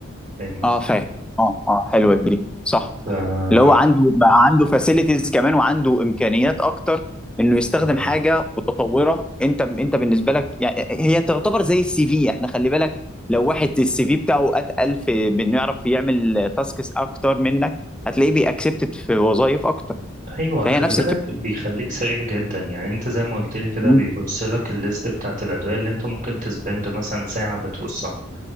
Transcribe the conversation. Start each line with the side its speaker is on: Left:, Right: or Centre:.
Right: فاهم قصدي
Centre: اه فاهم اه اه حلوه دي صح
Right: ف
Centre: اللي هو عنده بقى عنده فاسيلتيز كمان وعنده امكانيات اكتر انه يستخدم
Right: بالظبط
Centre: حاجه متطوره انت انت بالنسبه لك يعني هي تعتبر زي السي في احنا خلي بالك لو واحد السي في بتاعه اتقل في بانه يعرف يعمل تاسكس اكتر منك هتلاقيه بيأكسبتد في وظائف اكتر
Right: ايوه
Centre: فهي
Right: خلي
Centre: نفس
Right: بالك
Centre: الفكره
Right: بيخليك سريع جدا يعني انت زي ما قلت لي كده
Centre: مم.
Right: بيبص لك الليست بتاعت الادويه اللي انت ممكن تسبند مثلا ساعه بتوصها